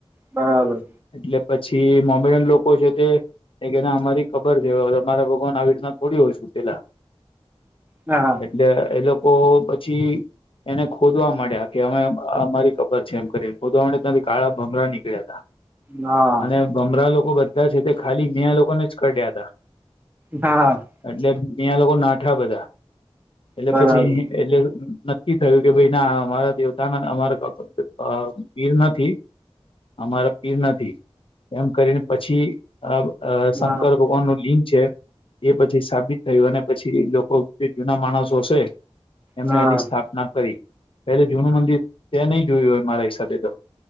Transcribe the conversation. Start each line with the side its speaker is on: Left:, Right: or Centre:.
Right: બરાબર
Left: એટલે પછી મોમ્બેડન લોકો છે કે અમારી ખબર છે તમારા ન આવી રીતના થોડી હોય શું પેલા
Right: હા હા
Left: એટલે એ લોકો પછી એને ખોદવા માંડ્યા કે અમે અમારી કબર છે એમ કરી ખોદવા માંડયા ત્યાંથી કાળા ભંમરા નીકળ્યા તા
Right: હા
Left: અને ગમરા લોકો બધા છે તે ખાલી મયા લોકોને જ કરડ્યા હતા
Right: હા
Left: એટલે મીયા લોકો નાઠા બધા એટલે
Right: બરાબર
Left: પછી એટલે નક્કી થયું કે ભાઈ ના અમારા દેવતાના અમારા પીર નથી અમારા પીર નથી એમ કરીને પછ પછી અ અ શંકર
Right: હા
Left: ભગવાન નું લિંગ છે એ પછી સાબિત થયું અને પછી લોકો જે જૂના માણસો હશે એમને
Right: હા
Left: એની સ્થાપ ના કરી પેલે જૂનું મંદિર ત્યાં નહી જોયું હોય મારા હિસાબે તો